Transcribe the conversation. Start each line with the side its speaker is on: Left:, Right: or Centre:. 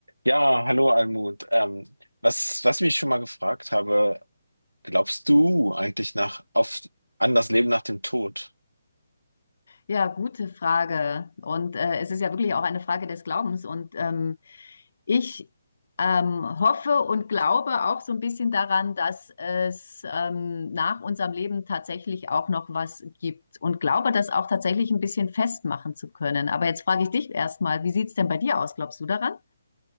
Right: Ja, hallo Almut. Ähm, was, was ich mich schon mal gefragt habe, glaubst du eigentlich nach, auf, an das Leben nach dem Tod?
Left: Ja, gute Frage. Und äh, es ist ja wirklich auch eine Frage des Glaubens. Und ähm, ich ähm, hoffe und glaube auch so ein bisschen daran, dass es ähm, nach unserem Leben tatsächlich auch noch was gibt und glaube das auch tatsächlich ein bisschen festmachen zu können. Aber jetzt frage ich dich erstmal, wie sieht's denn bei dir aus? Glaubst du daran?